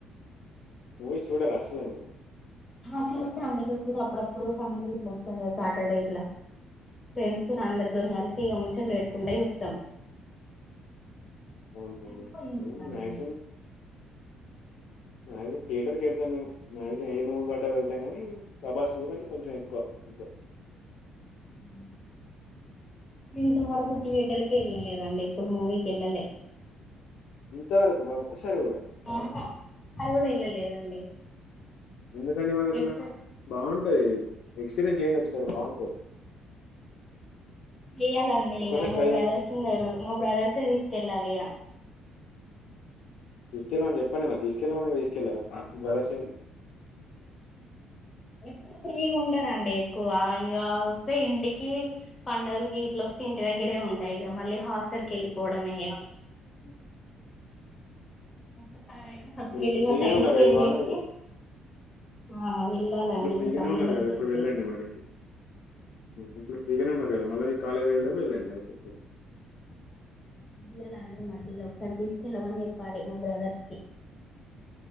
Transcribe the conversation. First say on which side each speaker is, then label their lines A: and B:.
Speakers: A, on the left; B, on the left.
A: <unintelligible>
B: <unintelligible> అండి కాకపోతే అప్పుడప్పుడు సండే ఇట్లా వస్తాంది కదా సాటర్డే ఇట్లా ఫ్రెండ్స్
A: ఓకే.
B: అందరితోని కలిసి ఇ ముజ్జలు పెట్టుకుంటా చూస్తాం
A: అవునండి
B: ఎకు ఇయూస్ కాడి
A: మ్యాక్సిమం మక్మ్ యేటర్ వెళ్ మేము మాక్సిం ఏ మవ్ పట్ట వెళ్తాం కానీ ప్రభాస్ మూ అంటే కొంచెం ఎక్కువ అంతే
B: హు ఇంతవరకు థియేటర్కే వెళ్ళలేదండి ఇప్పుడు మూవీకి వెళ్ళలే
A: ఇంతవరకు మాకు సారి కూడ
B: ఆహ అరి కూడ వెళ్ళలేదండి
A: ఎందుకండి మన అట్లా
B: ఎప్పుడు
A: బాగుంటది ఎక్స్పీరియన్స్ చేయండి ఒకసారి బాగుంటది
B: చెయ్యాలండి
A: ఒక్కసారి
B: ఇక మా
A: ట్రై
B: బ్రదర్స్
A: చేయండి
B: ఉన్నారు మా బ్రదర్సే తీసుకెళ్ళాలి ఇక
A: తీసుకెళమని చెప్పండి మరి తీసుకెళాల అ తీసుకెళ్లరా బ్రదర్స్
B: ఇడు ఫ్రీగా ఉండనండి ఎక్కువ ఇ వస్తే ఇంటికి పడుగలకి <unintelligible> వస్తే ఇంటి దగ్గర ద్రే ఉంటాయి ఇక మళ్ళీ హాస్టల్ వెళ్ళపోవడమే
A: ఉ
B: ఒకసారైనా కంప్లీట్గా
A: మీరు ఇప్పుడు ఫ్రీగానే
B: టైమ్
A: ఉన్నారు
B: స్పెండ్
A: కదా ఇవన్నీ
B: చేసి ఆ వెళ్ళాలండి
A: ఇప్పుడు ఫ్రీగానే
B: మీ తమ్ములకి
A: ఉన్నారు కదా
B: తెచ్చి
A: ఇప్పుడు వెళ్ళండి మరి ఇంక ఇప్పుడు ఫ్రీగానే ఉన్నారు కదా మళ్ళీ కాలళీ వేలో పో వెళ్ళండి అవిస్త
B: పిల్లలండి మధ్యలో ఒకసారి తీసుకెళ్ళమని నిప్పాలి మా బ్రదర్కి